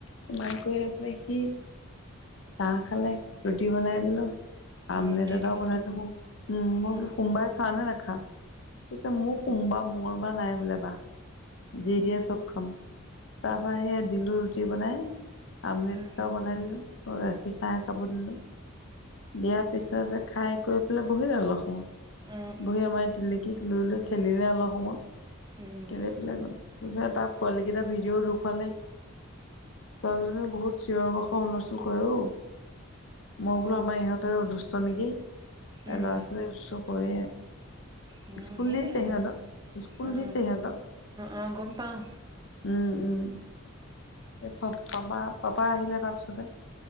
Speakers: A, on the left (about 65°); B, on the right (about 20°).
A: সোমাই কৰি লৈ পেলাই সি চাহ খালে ৰুটি বনাই দিলোঁ আমলেট
B: ৰুটি
A: <unintelligible>
B: দিলে
A: উম মই
B: অ
A: সোমবাই খা নে <inaudible> হা কৈছে মোক সোমবা মঙ্গলবাৰ নাই বোলে বা যি দিয়ে চব খাম তাৰপৰা সেই দিলোঁ ৰুটি বনাই আমলেট
B: উম
A: এটাও বনাই দিলোঁ গাখীৰ চাহ কাপোৰ দিলোঁ দিয়াৰ পিছতে খাই কৰি পেলাই বহিলে অলপ সময়
B: উম অ
A: বহি আমাৰ তিলিকীক লৈ লৈ খেলিলে অলপ সময়
B: উম উম
A: খেলি পেলাই গ'ল তাৰ পোৱালীকেইটাৰ ভিডিঅ'ও দেখুৱালে ছোৱালীজনীও বহুত চিঞৰ বাখৰ হুলস্থুল কৰে অঔ মই বোলো
B: অ
A: আমাৰ ইহঁতে অ দুুষ্ট নেকি এ
B: উম
A: ল'ৰা ছোৱালী
B: অ
A: <unintelligible> কৰে স্কুল
B: সেইয়াই
A: দিছে সিহঁতক
B: আৰু
A: স্কুল
B: অ
A: দিছে সিহঁতক
B: অ গম পাও
A: উম উম এই প পাপা পাপা আহিলে তাৰপিছতে